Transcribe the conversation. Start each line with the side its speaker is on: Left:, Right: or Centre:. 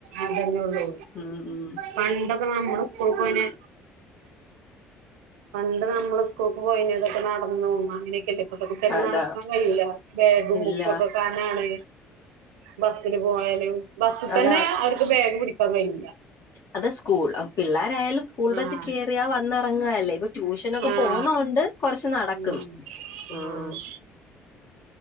Right: അതന്നൊള്ളൂ
Left: ഉം ഉം
Right: പണ്ടൊക്കെ നമ്മള് സ്കൂൾ പോയിന് പണ്ട് നമ്മള് സ്കൂൾക്ക് പോയിനതൊക്കെ നട നടന്നും അങ്ങനൊക്കെയല്ലേ ഇപ്പത്തെ കുട്ടിയാക്ക്
Left: അതാ
Right: നടക്കാൻ കഴിയൂല ബേഗും
Left: ഇല്ല
Right: ബുക്കൊക്ക് കനാണ് ബസില് പോയാലും ബസ്സിത്തന്നെ
Left: അതാ
Right: അവര്ക്ക് ബാഗ് പിടി ക്കാൻ കയ്യൂല
Left: അത് സ്കൂൾ അ പിള്ളാരായാലും സ്കൂൾ ബസ്സി
Right: ആഹ്
Left: കേറിയാ വന്നെറങ്ങ് അല്ലേ ഇപ്പൊ ട്യൂഷനൊക്ക
Right: ആഹ്
Left: പോന്ന കൊണ് ണ്ട് കൊറച്ച് നടക്കും
Right: ഉം
Left: ഉം
Right: ആഹ്